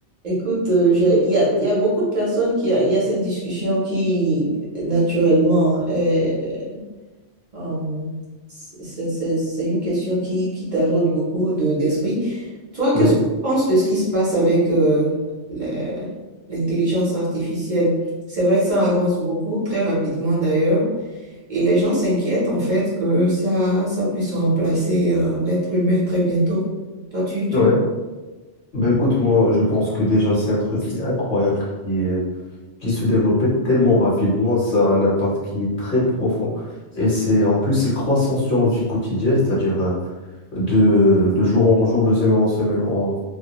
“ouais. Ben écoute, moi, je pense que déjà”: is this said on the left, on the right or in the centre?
Left